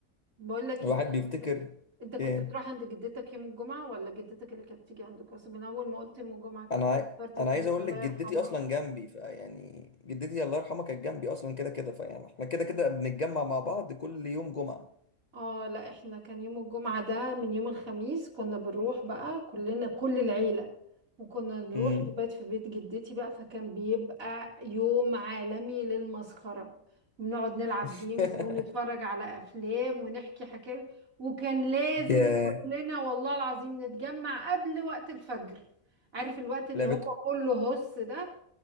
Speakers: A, on the right (about 75°); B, on the left (about 40°).
A: بقول لك
B: الواحد
A: ايه
B: بيفتكر
A: انت كنت
B: ايه
A: بتروح عند جدتك يوم الجمعة ولا جدتك اللي كانت تيجي عندك بس من اول ما قلت يوم الجمعة كده
B: انا عاي...
A: افتكرت
B: انا
A: تيتا
B: عايز اقول
A: الله
B: لك جدتي
A: يرحمها
B: اصلا جنبي فيعني جدتي الله يرحمها كانت جنبي اصلا كده كده فيعني احنا كده كده بنتجمع مع بعض كل يوم جمعة
A: اه لا احنا كان يوم الجمعة ده من يوم الخميس كنا بنروح بقى كلنا كل العيلة وكنا نروح
B: امم
A: نبات في بيت جدتي بقى فكان بيبقى يوم عالمي للمسخرة بنقعد نلعب
B: <laughs>
A: جيمز ونتفرج على أفلام ونحكي حكاوي وكان لازم
B: ياه
A: كلنا والله العظيم نتجمع قبل وقت الفجر عارف الوقت اللي
B: لعبة
A: هو كله هس ده